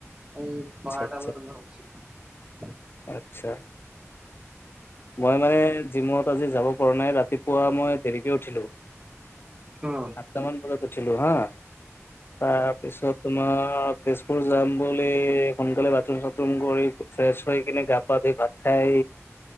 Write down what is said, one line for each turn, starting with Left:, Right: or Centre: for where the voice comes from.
Right: এই বাৰটা
Left: আচ্ছা
Right: বজাত ঘৰৰ পাইছোঁহি।
Left: আচ্ছা, মই মানে জিমত টোৰ আজি যাব পৰা নাই ৰাতিপুৱা মই দেৰিকে উঠিলোঁ
Right: অ',
Left: আঠ টা মান বজাত উঠিলোঁ হা তাৰপিছত তোমাৰ অ' তেজপুৰ যাম বুলি সোনকালে বাথৰুম চাথৰুম কৰিু ফ্ৰেছ হয় কিনে গা পা ধুই ভাত খাই